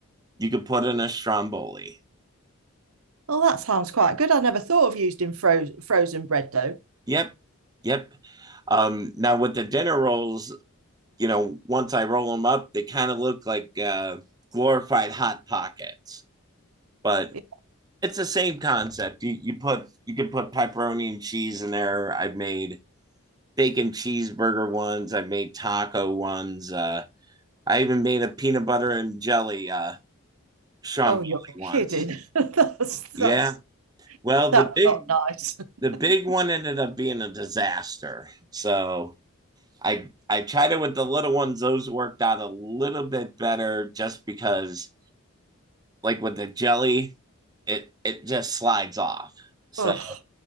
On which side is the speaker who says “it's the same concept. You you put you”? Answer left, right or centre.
Right